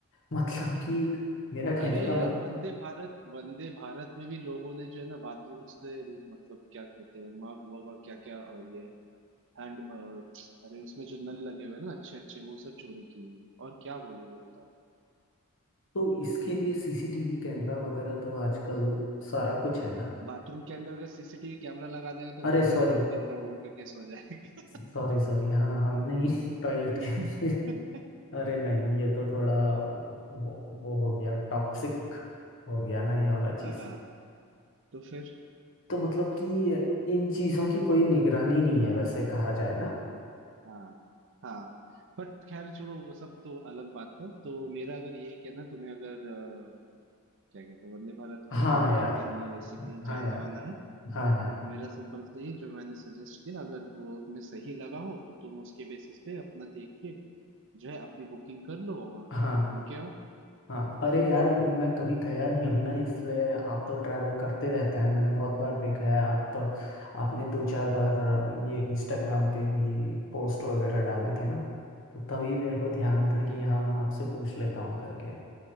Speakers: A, on the left; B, on the right.
A: मतलब कि मेरा कहने
B: अरे
A: का
B: यार
A: मत
B: वंदे भारत वंदे भारत में भी लोगों ने जो है ना बाथरूम से मतलब क्या कहते हैं मग वग और क्या क्या ये हैंड अरे उसमें जो नल लगे हुए हैं ना अच्छे अच्छे वो सब चोरी किए हैं। और क्या बोलोगे बताओ
A: तो इसके लिए सीसीटीवी कैमरा वगैरह तो आजकल सारा कुछ है ना
B: बाथरूम के अंदर अगर सीसीटीवी कैमरा लगा देगा तो
A: अरे
B: गवर्नमेंट
A: सॉरी
B: के ऊपर करोड़ों का केस हो जाएगा
A: सॉरी सॉरी हाँ हाँ नहीं <laughs> टॉयलेट
B: <laughs>
A: के अंदर अरे नहीं ये तो थोड़ा वो, वो हो गया टॉक्सिक हो गया ना ये वाला चीज
B: हाँ तो फिर
A: तो मतलब कि इन चीजों की कोई निगरानी नहीं है वैसे कहा जाए ना
B: हाँ हाँ बट खैर छोड़ो वो सब तो अलग बात है तो मेरा अगर यही कहना है, तुम्हें अगर अ, क्या कहते हैं वंदे भारत
A: हाँ
B: की बुकिंग
A: यार
B: करनी है और इससे कहीं जाना
A: हाँ यार
B: वाना है
A: हाँ यार
B: तो मेरा सिंपल से ही जो मैंने सजेस्ट किया अगर वो तुम्हें सही लगा हो तो तुम उसके बेसिस पे अपना देख के जो है अपनी बुकिंग कर लो और
A: हाँ
B: घूम के आओ
A: हाँ अरे
B: है ना
A: यार मैं कभी गया नहीं हूँ ना इसलिए आप तो ट्रैवल करते रहते हैं मैंने बहुत बार देखा है आप तो, आपने दो चार बार ये इंस्टाग्राम पे भी पोस्ट वगैरह डाले थे ना तो तभी मेरे को ध्यान था
B: हम्म
A: कि हाँ आपसे पूछ लेता हूँ करके